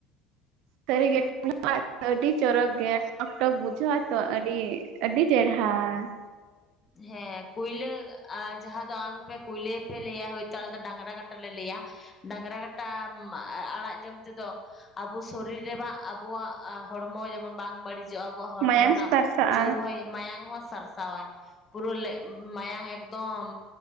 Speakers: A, on the right; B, on the left.
A: ᱥᱟᱹᱨᱤᱜᱮ <unintelligible> ᱟᱹᱰᱤ ᱪᱚᱨᱚᱠ ᱜᱮ ᱴᱚᱠ ᱴᱚᱠ ᱵᱩᱡᱷᱟᱹᱜᱼᱟ ᱛᱚ ᱟᱹᱰᱤ ᱟᱹᱰᱤ ᱪᱮᱨᱦᱟ ᱾
B: ᱦᱮᱸ ᱠᱩᱭᱞᱟᱹ ᱟ ᱡᱟᱦᱟᱸ ᱫᱚ ᱟᱢᱯᱮ ᱠᱩᱭᱞᱟᱹ ᱯᱮ ᱞᱟᱹᱭᱟ ᱦᱚᱭᱛᱳ ᱟᱞᱮ ᱫᱚ ᱰᱟᱝᱨᱟ ᱠᱟᱴᱟ ᱞᱮ ᱞᱟᱹᱭᱟ ᱾ ᱰᱟᱝᱨᱟ ᱠᱟᱴᱟ ᱟᱲᱟᱜ ᱡᱚᱢ ᱛᱮᱫᱚ ᱟᱵᱚ ᱥᱚᱨᱤᱨ ᱨᱮ ᱵᱟ ᱟᱵᱚᱣᱟᱜ ᱦᱚᱲᱢᱚ ᱡᱮᱢᱚᱱ ᱵᱟᱝ ᱵᱟᱹᱲᱤᱡᱚᱜᱼᱟ ᱾ ᱟᱵᱚᱣᱟᱜ ᱦᱚᱲᱢᱚ
A: ᱢᱟᱭᱟᱝ
B: ᱨᱮᱱᱟᱜ
A: ᱥᱟᱨᱥᱟᱜᱼᱟ
B: ᱡᱳᱨ ᱦᱚᱭ ᱢᱟᱭᱟᱝ ᱦᱚᱸ ᱥᱟᱨᱥᱟᱣᱟᱭ ᱾ ᱯᱩᱨᱟᱹ ᱞᱮ ᱢᱟᱭᱟᱝ ᱮᱠᱫᱚᱢ